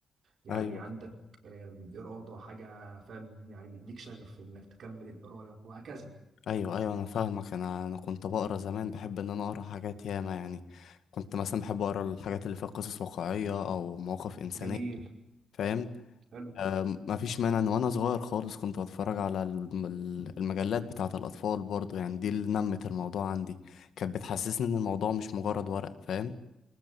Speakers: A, on the right; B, on the left.
A: يعني
B: ايوه
A: عندك آم، إرادة حاجة فاهم يعني مديك شغف إنك تكمل القراية وهكذا
B: ايوه ايوه انا فاهمك انا انا كنت بقرا زمان بحب ان انا اقرا حاجات ياما يعني كنت مثلا بحب اقرا الحاجات اللي فيها قصص واقعيه او مواقف انسانيه
A: جميل
B: فاهم
A: حلو
B: آه مفيش مانع ان وانا صغير خالص كنت بتفرج على الم- ال- المجلات بتاعه الاطفال برضه يعني دي اللي نمت الموضوع عندي كانت بتحسسني ان الموضوع مش مجرد ورق فاهم